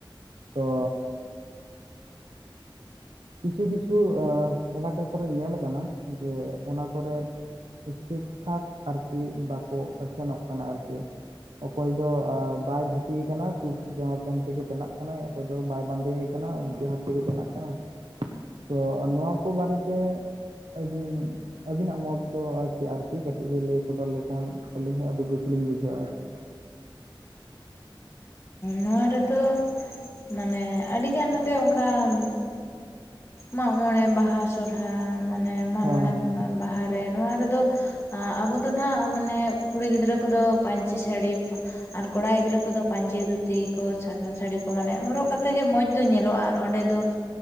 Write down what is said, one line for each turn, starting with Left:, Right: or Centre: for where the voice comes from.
Right: ᱛᱚ ᱠᱤᱪᱷᱩ ᱠᱤᱪᱷᱩ ᱮ ᱮᱞᱟᱠᱟ ᱠᱚᱨᱮ ᱧᱮᱞ ᱠᱟᱱᱟ ᱡᱮ ᱚᱱᱟ ᱠᱚᱨᱮᱫ ᱴᱷᱤᱠ ᱴᱷᱟᱠ ᱟᱨᱠᱤ ᱵᱟᱠᱚ ᱟᱥᱮᱱᱚᱜ ᱠᱟᱱᱟ ᱟᱨᱠᱤ ᱚᱠᱚᱭ ᱫᱚ ᱵᱟᱭ ᱫᱷᱩᱛᱤ ᱠᱟᱱᱟ ᱥᱩᱴ <inaudible> ᱮᱠᱮᱱ ᱛᱮᱜᱮ ᱪᱟᱞᱟᱜ ᱠᱟᱱᱟᱭ ᱚᱠᱚᱭ ᱫᱚ ᱵᱟᱭ ᱵᱟᱸᱫᱮ ᱠᱟᱱᱟᱭ ᱤᱱᱠᱟᱹ ᱦᱟᱛ ᱛᱮᱜᱮ ᱪᱟᱞᱟᱜ ᱠᱟᱱᱟᱭ ᱛᱚ ᱱᱚᱣᱟ ᱠᱚ ᱵᱟᱨᱮ ᱛᱮ ᱟᱹᱵᱤᱱ ᱟᱹᱵᱤᱱᱟᱜ ᱢᱚᱛ ᱫᱚ ᱪᱮᱫ ᱟᱨᱠᱤ ᱠᱟᱹᱴᱤᱡ ᱵᱤᱱ ᱞᱟᱹᱭ ᱥᱚᱫᱚᱨ ᱞᱮᱠᱷᱟᱱ ᱟᱹᱞᱤᱧ ᱦᱚᱸ ᱟᱹᱰᱤ ᱠᱩᱥᱤ ᱞᱤᱧ ᱵᱩᱡᱷᱟᱹᱣ-ᱟ
Left: ᱱᱚᱣᱟ ᱨᱮᱫᱚ ᱢᱟᱱᱮ ᱟᱹᱰᱤ ᱜᱟᱱ ᱜᱮ ᱚᱱᱠᱟ ᱩᱸ ᱢᱟᱜ ᱢᱚᱬᱮ ᱵᱟᱦᱟ ᱥᱚᱨᱦᱟᱭ ᱢᱟᱱᱮ ᱢᱟᱜ
Right: ᱦᱮᱸ
Left: ᱢᱚᱬᱮ
Right: ᱦᱮᱸ
Left: ᱵᱟᱦᱟ ᱨᱮ ᱱᱚᱣᱟ ᱨᱮᱫᱚ ᱟᱵᱚ ᱫᱚ ᱱᱟᱸᱜ ᱢᱟᱱᱮ ᱠᱩᱲᱤ ᱜᱤᱫᱽᱨᱟᱹ ᱠᱚᱫᱚ ᱯᱟᱹᱧᱪᱤ ᱥᱟᱹᱲᱤ ᱟᱨ ᱠᱚᱲᱟ ᱜᱤᱫᱽᱨᱟᱹ ᱠᱚᱫᱚ ᱯᱟᱹᱧᱪᱤ ᱫᱷᱩᱛᱤ ᱠᱚ ᱥᱟᱫᱟ ᱥᱟᱹᱲᱤ ᱠᱚ ᱢᱟᱱᱮ ᱦᱚᱨᱚᱜ ᱠᱟᱛᱮ ᱜᱮ ᱢᱚᱸᱡᱽ ᱫᱚ ᱧᱮᱞᱚᱜᱼᱟ ᱟᱨ ᱚᱸᱰᱮ ᱫᱚ